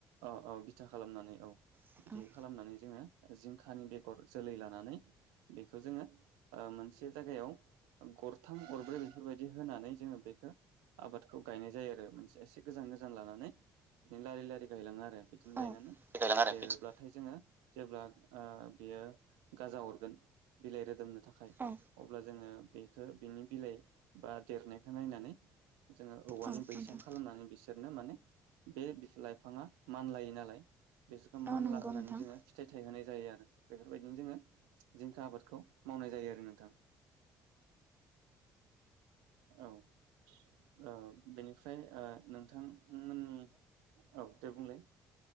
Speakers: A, on the right (about 70°); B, on the right (about 25°).
A: औ औ बिथा खालामनानै औ
B: औ
A: बिदि खालामनानै जोङो जिंखानि बेगर जोलै लानानै बेखौ जोङो ओ मोनसे खौ गरथाम गरब्रै बेफोरबायदि होनानै जोङो बेखो आबादखौ गायनाय जायो आरो मोनसे एसे गोजान गोजान लानानै बिदि लारि लारि गायलाङो आरो बिदिनो गायनानै
B: औ आरो
A: देरोब्लाथाय
B: बिदि
A: जोङो जेब्ला ओ बियो गाजा हरगोन बिलाइ रोदोमनो थाखाय
B: औ
A: ओ बेखौ बिनि बिलाइ बा देरनायखौ नायनानै जोङो औवानि
B: औ
A: बैसां
B: नोंथां
A: खालामनानै बिसोरनो माने बे बिफ लाइफाङा मानलायो नालाय बिसोरखौ मानला
B: औ नंगौ
A: होनानै
B: नोंथां
A: जोङो फिथाइ थाइ होनाय जायो आरो बेफोरबायदिनो जोङो जिंखा आबादखौ मावनाय जायो आरो नोंथां औ ओ बेनिफ्राय ओ नों बिथां मोननि औ दे बुंलाय